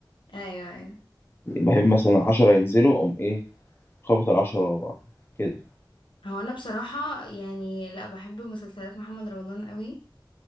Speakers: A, on the left; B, on the left.
A: ايوه ايوه
B: بحب مثلا 10 ينزلوا اقوم ايه خبط ال10 ورا بعض كده
A: هو انا بصراحة يعني لا بحب مسلسلات محمد رمضان قوي